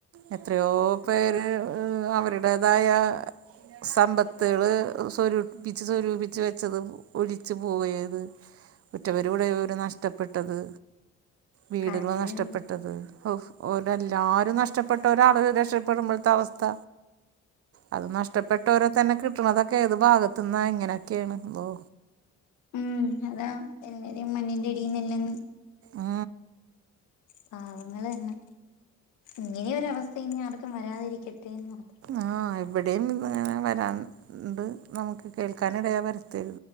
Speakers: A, on the right (about 50°); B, on the left (about 80°).
A: എത്രയോ പേര് അവരുടേതായ സമ്പത്തുള് സ്വരൂപിച്ച്, സ്വരൂപിച്ച് വെച്ചത് ഒലിച്ചു പോയത് ഉറ്റവരും ഉടയവരും നഷ്ടപ്പെട്ടത്. വീടുകള്
B: കാലത്തില്
A: നഷ്ടപ്പെട്ടത് ഓ ഓരെല്ലാരും നഷ്ട രക്ഷപ്പെട്ട ഒരാള് രക്ഷപ്പെടുമ്പോഴത്തെ അവസ്ഥ. അത് നഷ്ടപ്പെട്ടോര തന്നെ കിട്ടണതൊക്കെ ഏത് ഭാഗത്തു നിന്ന എങ്ങനെയൊക്കെണ് അള്ളോ.
B: ഉം അതാ എല്ലരേം മണ്ണിൻ്റടിയെന്നെല്ലാം
A: ആ
B: പാവങ്ങളന്നെ ഇങ്ങനെയൊരു അവസ്ഥ ഇനി ആർക്കും വരാതിരിക്കട്ടെ എന്ന് മാത്രം.
A: ആ ഇവിടേം ഇന്ന്ങ്ങനെ വരാണ്ട്. നമുക്ക് കേൾക്കാനിടയാവരുത്.